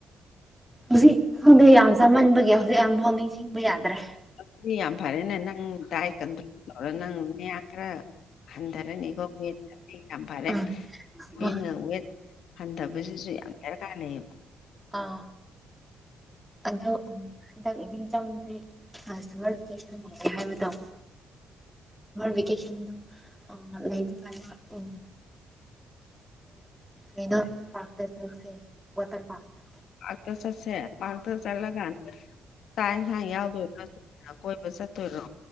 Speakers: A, in the centre; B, on the left.
A: ꯍꯧꯖꯤꯛ ꯍꯧꯪꯗ ꯌꯥꯝ ꯆꯥꯃꯟꯕꯒꯤ ꯍꯧꯖꯤꯛ ꯌꯥꯝ ꯐꯥꯎ ꯅꯤꯡꯁꯤꯡꯕ ꯌꯥꯗ꯭ꯔꯦ
B: ꯑꯗꯨꯗꯤ ꯌꯥꯝ ꯐꯔꯦꯅꯦ ꯅꯪ ꯗꯥꯏ ꯀꯗꯔ ꯅꯪ ꯃꯌꯥ ꯈꯔ ꯍꯟꯗꯔꯦꯅꯤꯒꯣꯋ ꯈꯝꯕꯔꯦꯋꯦꯠ
A: ꯑꯥ
B: ꯍꯕ ꯁꯤꯁꯨ ꯌꯥꯝ ꯌꯥꯝꯦꯔ ꯀꯥꯟꯅꯩꯌꯦꯕ
A: ꯑꯥ ꯑꯗꯣ ꯍꯟꯗꯛ ꯆꯝꯁꯦ ꯁꯝꯃꯔ ꯚꯦꯀꯦꯁꯟꯦ ꯍꯥꯏꯕꯗꯣ ꯔꯦꯀꯦꯁꯟꯗꯨ ꯂꯩ ꯐꯥꯏꯅ ꯎ ꯃꯅ ꯄꯥꯥꯛꯇ ꯆꯁꯦ ꯋꯥꯇꯔ ꯄꯥꯥꯛꯇꯥ
B: ꯑꯇ ꯆꯁꯦ ꯄꯥꯡꯗ ꯆꯜꯂꯒ ꯑꯗ ꯆꯥꯛ ꯌꯦꯟꯁꯥꯡ ꯌꯥꯎꯗꯣꯏ꯭ꯔ ꯀꯣꯏꯕ ꯆꯠꯇꯣꯏꯔꯣ